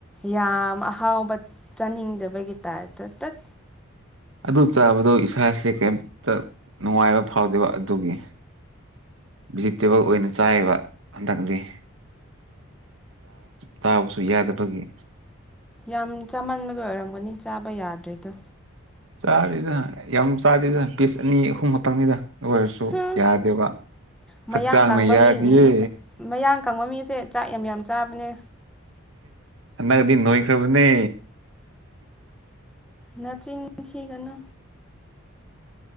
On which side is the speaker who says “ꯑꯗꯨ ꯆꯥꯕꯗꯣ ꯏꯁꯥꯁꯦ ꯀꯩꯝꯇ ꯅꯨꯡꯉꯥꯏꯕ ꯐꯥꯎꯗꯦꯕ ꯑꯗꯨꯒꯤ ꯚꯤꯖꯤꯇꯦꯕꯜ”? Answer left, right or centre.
Right